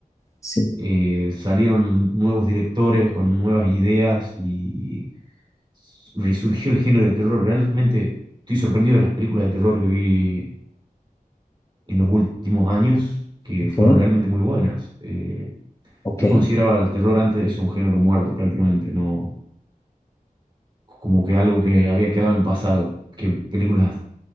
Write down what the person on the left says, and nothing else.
sí,
ok,
ok.